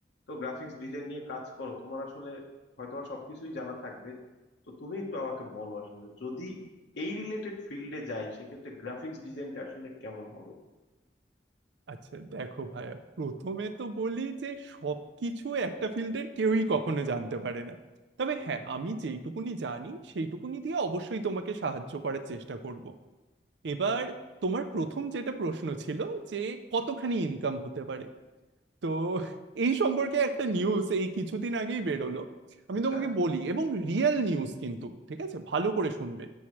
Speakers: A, on the left (about 90°); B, on the right (about 80°).
A: তো গ্রাফিক্স ডিজাইন নিয়ে কাজ করো তোমার আসলে হয়তো বা সবকিছুই জানা থাকবে তো তুমি একটু আমাকে বলো আসলে যদি এই রিলেটেড ফিল্ডে যাই সেক্ষেত্রে গ্রাফিক্স ডিজাইনটা আসলে কেমন হবে
B: আচ্ছা দেখো ভাইয়া প্রথমে তো বলি যে সবকিছু একটা ফিল্ডের কেউই কখনো জানতে পারে না তবে
A: হুম,
B: হ্যাঁ আমি যেইটুকুনি জানি সেইটুকুনি দিয়ে অবশ্যই তোমাকে সাহায্য করার চেষ্টা করব এবার তোমার প্রথম যেটা প্রশ্ন ছিল যে কতখানি ইনকাম হতে পারে তো এই সম্পর্কে একটা নিউজ এই কিছুদিন আগেই বেরোলো আমি
A: আচ্ছা
B: তোমাকে বলি এবং রিয়েল নিউজ কিন্তু ঠিক আছে ভালো করে শুনবে